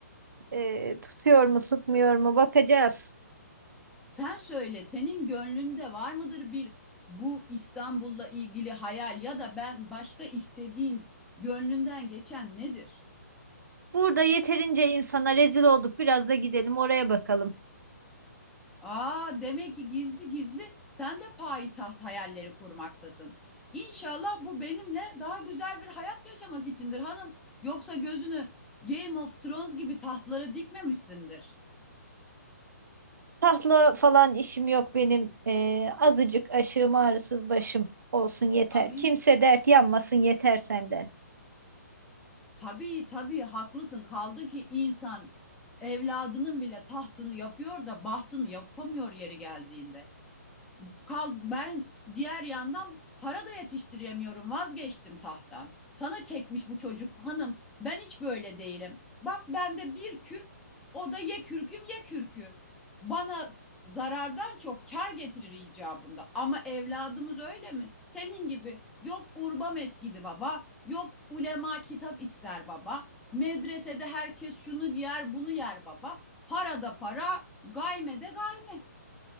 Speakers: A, on the right; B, in the centre.
A: ee, tutuyor mu tutmuyor mu bakacağız.
B: Sen söyle senin gönlünde var mıdır bir bu İstanbul'la ilgili hayal ya da ben başka istediğin gönlünden geçen nedir?
A: Burada yeterince insana rezil olduk biraz da gidelim oraya bakalım.
B: Aa demek ki gizli gizli sen de payitaht hayalleri kurmaktasın. İnşallah bu benimle daha güzel bir hayat yaşamak içindir hanım. Yoksa gözünü Game of Thrones gibi tahtlara dikmemişsindir.
A: Tahla falan işim yok benim. Ee, azıcık aşığım ağrısız başım olsun yeter.
B: Amin.
A: Kimse dert yanmasın yeter senden.
B: Tabii tabii haklısın. Kaldı ki insan evladının bile tahtını yapıyor da bahtını yapamıyor yeri geldiğinde kal ben diğer yandan para da yetiştiremiyorum vazgeçtim tahttan. Sana çekmiş bu çocuk hanım ben hiç böyle değilim. Bak bende bir kürk o da ye kürküm ye kürkü. Bana zarardan çok kar getirir icabında. Ama evladımız öyle mi? Senin gibi yok urba meskidi baba, yok ulema kitap ister baba. Medresede herkes şunu yer, bunu yer baba. Para da para, gayme de gayme.